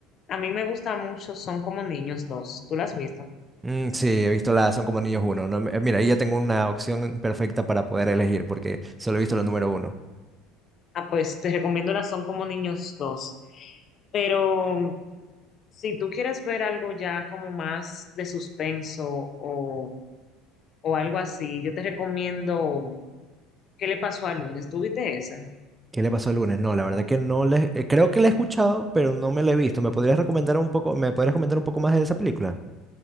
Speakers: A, on the left; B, on the right.
A: a mí me gusta mucho Son como niños dos. ¿Tú la has visto?
B: Mm, sí, he visto la Son como niños uno. no me- eh, mira, ahí ya tengo una opción perfecta para poder elegir porque solo he visto la número uno.
A: Ah, pues te recomiendo la Son como niños dos. Pero si tú quieres ver algo ya como más de suspenso o, o algo así, yo te recomiendo ¿Qué le pasó a Lunes? ¿Tú viste esa?
B: ¿Qué le pasó el lunes? No, la verdad que no le, eh, creo que la he escuchado, pero no me la he visto. ¿Me podrías recomendar un poco, me podrías comentar un poco más de esa película?